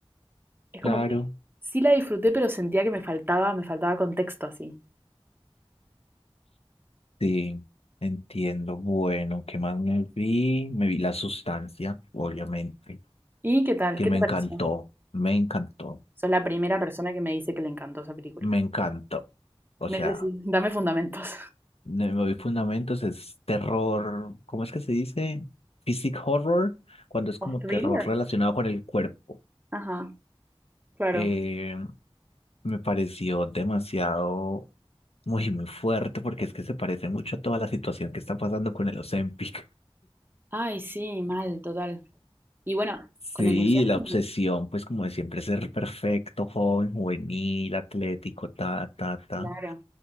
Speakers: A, on the right (about 20°); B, on the left (about 80°).
A: Es como
B: claro.
A: que sí la disfruté, pero sentía que me faltaba, me faltaba contexto así.
B: Sí, entiendo. Bueno, ¿qué más me vi? Me vi La Sustancia, obviamente,
A: ¿Y qué tal?
B: que
A: ¿Qué
B: me
A: te pareció?
B: encantó, me encantó,
A: Sos la primera persona que me dice que le encantó esa película.
B: me encantó. O sea,
A: Necesito, dame fundamentos.
B: me me vi Fundamentos, es terror, ¿cómo es que se dice? Physic horror, cuando es como
A: ¿O thriller?
B: terror relacionado con el cuerpo.
A: Ajá. Claro.
B: Eh, me pareció demasiado, muy, muy fuerte, porque es que se parece mucho a toda la situación que está pasando con el Ozempic.
A: Ay, sí, mal, total. Y bueno,
B: Sí,
A: con el docente,
B: la obsesión, pues como de siempre ser perfecto, joven, juvenil, atlético, ta, ta, ta,
A: claro.